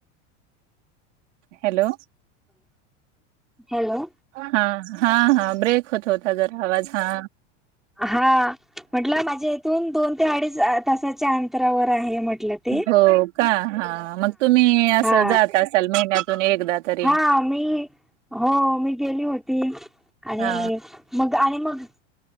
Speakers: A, on the right; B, in the centre.
A: हॅलो.
B: हॅलो
A: हा हा हा ब्रेक. दुखत होता गर आवाज हा.
B: हा म्हटलं माझ्या इथून दोन ते अडीच तासाच्या अंतरावर आहे म्हटलं. ते
A: हो का हा मग तुम्ही असं
B: हा
A: जात असाल महिन्यातून एकदा तरी
B: हा मी हो मी गेली होती आणि
A: हा
B: मग आणि मग